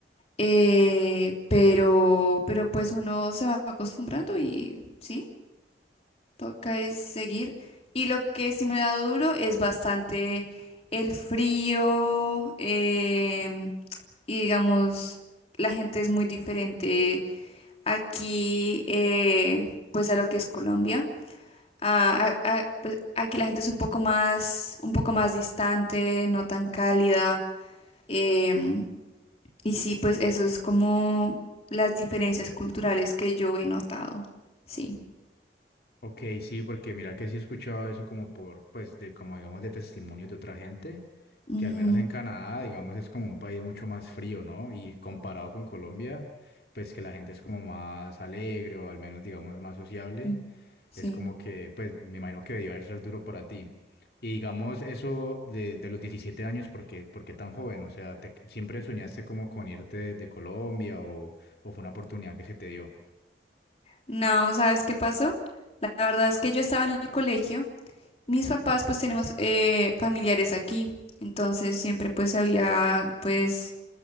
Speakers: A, on the left; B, on the left.
A: Eh, pero, pero pues uno se va acostumbrando y, ¿sí? Toca es seguir. Y lo que sí me ha dado duro es bastante el frío, em, y digamos, la gente es muy diferente aquí, eh, pues a lo que es Colombia. A- a- a- pues aquí la gente es un poco más, un poco más distante, no tan cálida. em, y sí, pues eso es como las diferencias culturales que yo he notado. Sí.
B: Ok, sí, porque mira que sí he escuchado eso como por, pues de como digamos de testimonios de otra gente,
A: Ujú,
B: que al menos en Canadá, digamos, es como un país mucho más frío, ¿no? Y comparado con Colombia, pues que la gente es como más alegre o al menos digamos más sociable.
A: Sí. Sí.
B: Es como que, pues, me imagino que debió haber ser duro para ti. Y digamos eso de, de los 17 años, ¿por qué, por qué tan joven? O sea, te- ¿siempre soñaste como con irte de, de Colombia o, o fue una oportunidad que se te dio?
A: No, ¿sabes qué pasó? La verdad es que yo estaba en el colegio. Mis papás pues tenemos eh, familiares aquí. Entonces siempre pues había pues